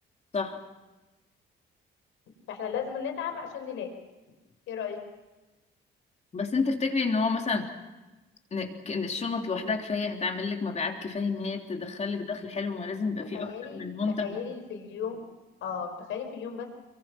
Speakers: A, on the left; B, on the left.
A: صح
B: فاحنا لازم نتعب عشان نلاقي ايه رأيك
A: بس أنت تفتكري إن هو مثلا إن ك- إن الشنط لوحدها كفاية هتعمل لك مبيعات كفاية إن هي تدخلك دخل حلو ما لازم يبقى
B: تخيلي
A: فيه أكتر من منتج
B: تخيلي في اليوم اه تخيلي في اليوم بس